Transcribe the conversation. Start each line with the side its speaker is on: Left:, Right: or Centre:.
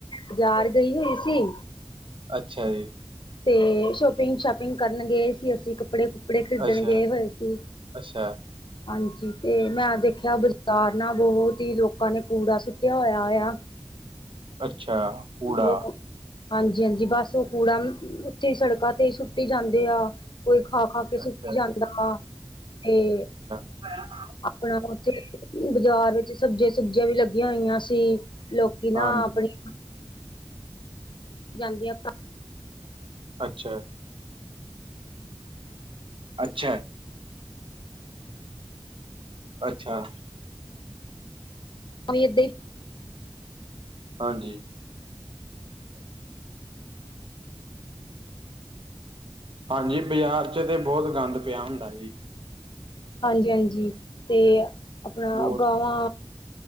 Left: ਬਾਜ਼ਾਰ ਗਈ ਹੋਈ ਸੀ
Right: ਅੱਛਾ ਜੀ,
Left: ਤੇ ਸ਼ੋਪਿੰਗ ਸ਼ਾਪਿੰਗ ਕਰਨ ਗਏ ਸੀ ਅਸੀਂ ਕੱਪੜੇ ਕੱਪੜੇ ਖਰੀਦਣ
Right: ਅੱਛਾ
Left: ਗਏ ਹੋਏ ਸੀ
Right: ਅੱਛਾ
Left: ਹਾਂਜੀ, ਤੇ ਮੈਂ ਦੇਖਿਆ ਬਾਜ਼ਾਰ ਨਾ ਬਹੁਤ ਹੀ ਲੋਕਾਂ ਨੇ ਕੂੜਾ ਸੁੱਟਿਆ ਹੋਇਆ ਆ
Right: ਅੱਛਾ ਕੂੜਾ
Left: ਹਮ- ਹਾਂਜੀ ਹਾਂਜੀ, ਬਸ ਉਹ ਕੂੜਾ ਉੱਥੇ ਸੜਕਾਂ ਤੇ ਸੁੱਟੀ ਜਾਂਦੇ ਆ- ਕੋਈ ਖਾ ਖਾ ਕੇ ਸੁੱਟੀ
Right: ਅੱਛਾ
Left: ਜਾਂਦਾ ਵਾ ਤੇ
Right: ਹਾਂ
Left: ਆਪਣਾ ਉੱਥੇ, ਬਾਜ਼ਾਰ ਵਿੱਚ ਸਬਜ਼ੀਆਂ ਸੁਬਜੀਆਂ ਵੀ ਲੱਗੀਆਂ ਹੋਈਆਂ ਸੀ ਲੋਕੀ ਨਾ
Right: ਹਾਂਜੀ
Left: ਆਪਣੀ- ਜਾਂਦੀਆਂ
Right: ਅੱਛਾ ਅੱਛਾ ਅੱਛਾ
Left: ਏਦਾਂ ਹੀ
Right: ਹਾਂਜੀ ਹਾਂਜੀ, ਬਾਜ਼ਾਰ 'ਚ ਤੇ ਬਹੁਤ ਗੰਦ ਪਿਆ ਹੁੰਦਾ ਜੀ
Left: ਹਾਂਜੀ ਹਾਂਜੀ, ਤੇ ਆਪਣਾ
Right: ਬਹੁਤ
Left: ਗਾਵਾਂ